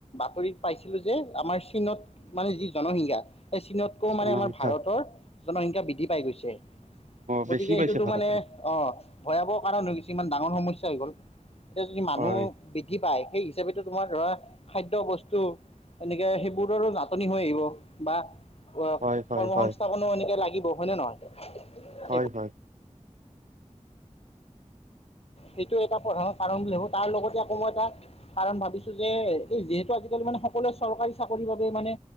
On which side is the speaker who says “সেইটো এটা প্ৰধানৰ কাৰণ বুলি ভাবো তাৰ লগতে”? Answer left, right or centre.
Left